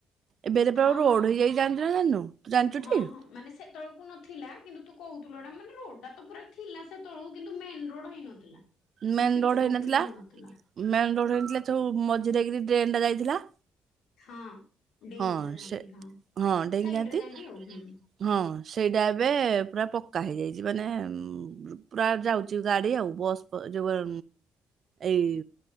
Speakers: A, on the right; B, on the left.
A: ଏବେ ଏତେ ପୁରା
B: ହଁ
A: ରୋଡ
B: ହଁ
A: ହେଇଯାଇଚି। ଜାଣିଛୁ ନା ଜାନିନୁ ତୁ ଜାଣିଛୁଠି?
B: ହଁ ହଁ ମାନେ ସେତେବେଳକୁ ନଥିଲା କିନ୍ତୁ ତୁ କହୁଥିଲୁ ଏଟା ମାନେ ରୋଡ ଟା ତ ପୁରା ଥିଲା ସେ ତବେଳୁ କିନ୍ତୁ ମେନ ରୋଡ ହେଇନଥିଲା। ମାନେ
A: ମେନ୍
B: ପିଚୁ
A: ରୋଡ ହେଇନଥିଲା
B: ପକେଇକେ ହେଇ।
A: ମେନ୍ ରୋଡ ହେଇଥିଲେ ସବୁ ମଝିରେକିରି ଡ୍ରେନ୍ ଟା ଯାଇଥିଲା।
B: ହଁ ଡେଇଁକି
A: ହଁ
B: ଯୋଉ ଯାଆନ୍ତି
A: ସେ ହଁ ଡେଙ୍ଗାଦି
B: ସାଇଡରେ ଯାଆନ୍ତି ଆଉ ହୁଁ
A: ହଁ ସେଇଟା ଏବେ ପୁରା ପକ୍କା ହେଇଯାଇଛି ମାନେ ପ୍ରାୟ ଯାଉଛି ଗାଡି ଆଉ ବସ୍ ଯୋଉ ଏଇ